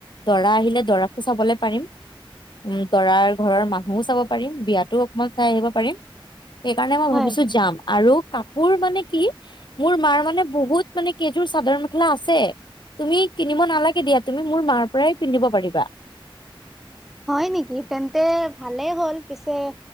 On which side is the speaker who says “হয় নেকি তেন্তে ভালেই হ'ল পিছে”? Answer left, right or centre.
Centre